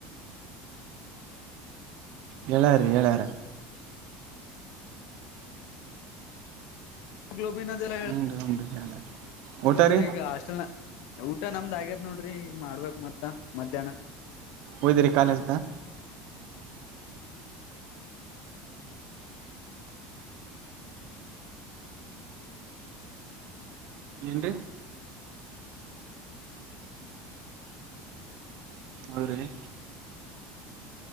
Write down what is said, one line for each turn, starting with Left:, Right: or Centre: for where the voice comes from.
Right: ಹೇಳ್ಯಾರ್ರೀ ಹೇಳ್ಯಾರ
Left: ್ಲೋಬನ್ ಅಲ್ಲ
Right: ಹ್ಮ್ ರೀ ಹ್ಮ್ ರೀ ಹೇಳ್ಯಾರ ಊಟ
Left: ಅಂದ್ರಿ
Right: ರೀ
Left: ಈಗ ಹಾಸ್ಟೆಲ್ ಊಟ ನಮ್ದ್ ಆಗ್ಯದ್ ನೋಡ್ರಿ ಮಾಡ ಬೇಕ ಮತ್ತಾ ಮಧ್ಯಾಹ್ನ
Right: ಹೊದ್ರಿ ಕಾಲೇಜ್ ಕ ಏನ್ರಿ ಹೌದ್ರಿ